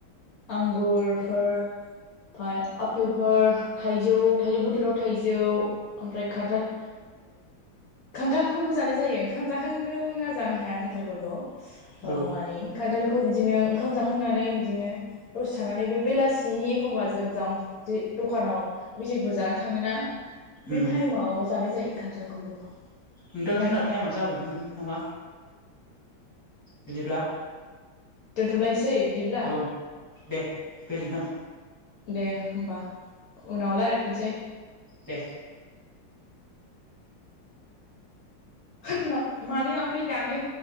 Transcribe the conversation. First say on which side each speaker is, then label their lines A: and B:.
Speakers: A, on the left (about 70°); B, on the left (about 15°).
A: आंगुरफोर ओमफ्राय आफेलफोर थाइ थाइजौ थाइजौ बोथोराव थाइजौ ओमफ्राय खान्थाल खान्थालखौबो जानाय जायो ओंखाम जाखांग्रोना जानो हाया खान्थालखौथ'
B: औ
A: मानि खान्थालखौ बिदिनो ओंखाम जाखांनानै बिदिनो दसे थानानै बे बेलासिनि एखम्बा जों ज जे दखानाव मेथायाइफोर जानो थाङोना बे
B: उम
A: टाइमाव जानाय जायो खान्थालखौबो
B: नोंथां
A: ओमफाय
B: जोंना टाइमा जाबायमोन नामा बिदिब्ला
A: दोनथ'लायसै बिदिब्ला
B: औ दे गोजोन्थों
A: दे होमबा उनाव रायलायफिनसै
B: दे
A: होद मानो ओमफफ्राय दानो